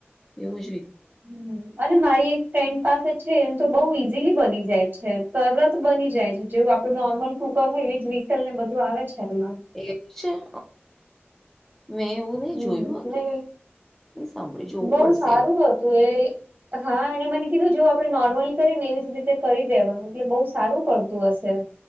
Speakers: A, in the centre; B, on the right.
A: એવું જત
B: હમ અને મારી એક. ફ્રેન્ડ પાસે છે એમ તો બઉુ ઈઝીલી બની જાય છે તરત બની જાય છે જેવું. નોર્મલ કુકર હોય એવી જ વિસલ ને બધું આવે છે એમાં
A: એવું છેહ મેં એવું. નહી
B: હમ
A: જોયું કે
B: હ
A: સાંભળી જોવું
B: બહુ
A: પડશે
B: સારું
A: એવું.
B: હતું એ. હા એને મને કીધું જેવ આપણે નોર્મલી કરીએ ને એવી જ રીતે કરી દેવાનું એટલે બઉુ સારું પડતું હશે.